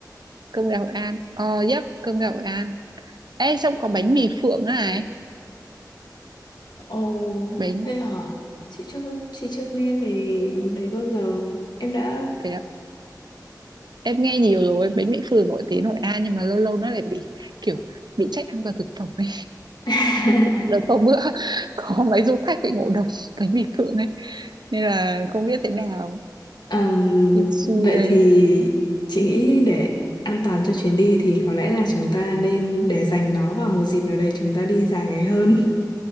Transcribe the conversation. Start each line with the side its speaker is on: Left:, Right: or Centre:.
Right: cơm gà Hội An ờ yep cơm gà Hội An Ê, xong có bánh mì Phượng nữa này
Left: Ồ,
Right: bánh
Left: thế hả? Chị chưa, chị chưa nghe về món đấy bao giờ. Em đã
Right: thế em nghe nhiều rồi bánh mì phường nổi tiếng Hội An nhưng mà lâu lâu nó lại bị kiểu bị trách an toàn thực phẩm ấy
Left: <laughs>
Right: <laughs> đợt hôm bữa <laughs> có mấy du khách bị ngộ độc <laughs> bánh mì phượng ấy nên là không biết thế nào
Left: Ờm,
Right: Nên xui
Left: vậy
Right: ghê
Left: thì chị nghĩ để an toàn cho chuyến đi thì có lẽ là chúng ta nên để dành nó vào một dịp nào đấy chúng ta đi dài ngày hơn,